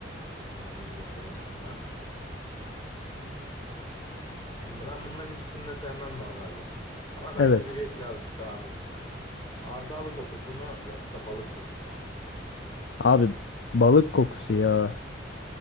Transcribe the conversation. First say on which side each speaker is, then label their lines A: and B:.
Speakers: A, on the left; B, on the left.
A: Tamam geçelim bununla. Şimdi ben bunların ikisini de sevmem normalde. Ama bence
B: Evet.
A: biri birazcık daha ağır basıyor. Hardal kokusu mu yoksa balık kokusu mu?
B: Abi balık kokusu ya.